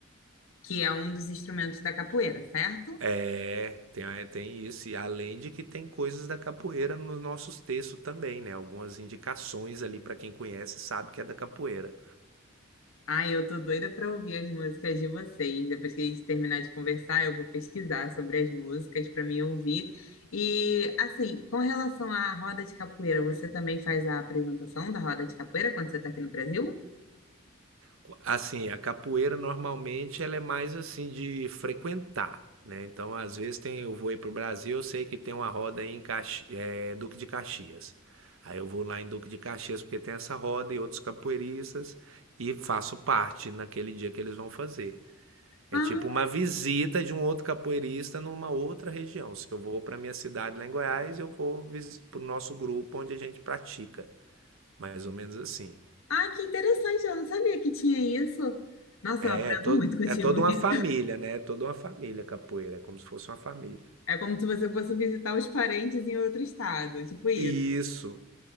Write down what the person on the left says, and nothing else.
Que é um dos instrumentos da capoeira, certo?
Ai, eu tô doida pra ouvir as músicas de vocês. Depois que a gente terminar de conversar, eu vou pesquisar sobre as músicas para mim ouvir. E assim, com relação à roda de capoeira, você também faz a apresentação da roda de capoeira quando você tá aqui no Brasil?
Ah,
ah, que interessante, eu não sabia que tinha isso. Nossa, eu aprendo
muito contigo.
<laughs>
É como se você fosse visitar os parentes em outro estado, tipo isso.